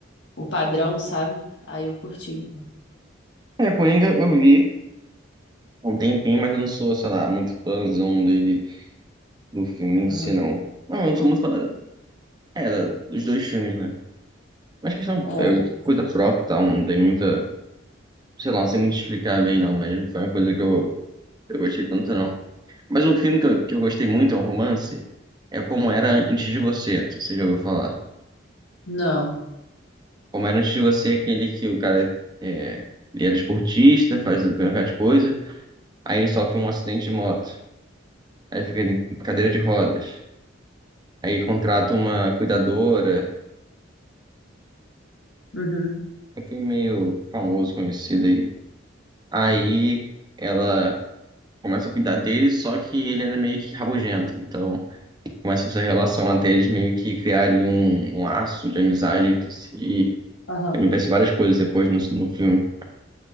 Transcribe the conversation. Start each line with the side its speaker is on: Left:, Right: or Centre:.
Left: o padrão, sabe? Aí eu curti.
Right: É, Coringa eu vi há um tempinho, mas eu não sou, sei lá, muito fãzão dele, do filme em
Left: Aham.
Right: si, não. Não, eu não sou muito fã da, é, da- dos dois filmes, né? Mas questão
Left: É.
Right: é coisa própria, e tal, não tem muita, sei lá, não sei muito explicar bem não, mas não foi uma coisa que eu, eu gostei tanto não. Mas um filme que eu, que eu gostei muito, é um romance, é Como Era Antes de Você, você já ouviu falar.
Left: Não.
Right: Como Era Antes de Você é aquele que o cara, é, ele era esportista, faz um bocado de coisa, aí ele sofre um acidente de moto, aí fica em cadeira de rodas, aí contrata uma cuidadora,
Left: Uhum.
Right: é um filme meio famoso, conhecido aí. Aí ela começam a cuidar dele, só que ele era meio que rabugento. Então, começa essa relação até eles meio que criarem um, um laço de amizade entre si. E
Left: Aham.
Right: acontece várias coisas depois no, no filme.